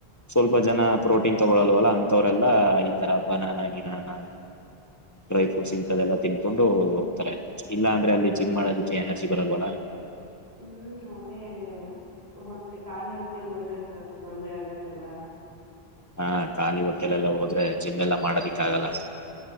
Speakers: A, on the left; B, on the right.
A: ಸ್ವಲ್ಪ ಜನ ಪ್ರೋಟೀನ್ ತಗೊಳಲ್ವಲ್ಲ. ಅಂತವ್ರೆಲ್ಲ ಈ ತರ ಬನಾನ ಗಿನಾನಾ.
B: ಹ್ಮ್
A: ಡ್ರೈ ಫ್ರೂಟ್ಸ್
B: ಹ್ಮ್
A: ಇಂತದ್ ಎಲ್ಲಾ ತಿನ್ಕೊಂಡು. ತರೆ ಇಲ್ಲ ಅಂದ್ರೆ ಅಲ್ಲಿ ಜಿಮ್ ಮಾಡೋದಿಕ್ಕೆ ಎನರ್ ಜಿ ಬರಲ್ವಲ್ಲ.
B: ಹ್ಮ್ ಅದೇ ಹೊಟ್ಟೆ ಖಾಲಿ ಹೊಟ್ಟೆಯಲ್ ಹೋದ್ರೆ ಸರ್ ತೊಂದ್ರೆ ಆಗುತ್ತಲ್ಲ.
A: ಹಾ ಖಾಲಿ ಹೊಟ್ಟೆಲೆಲ್ಲಾ ಹೋದ್ರೆ ಜಿಮ್ ಎಲ್ಲಾ ಮಾಡದಿಕ್ ಆಗಲ್ಲ.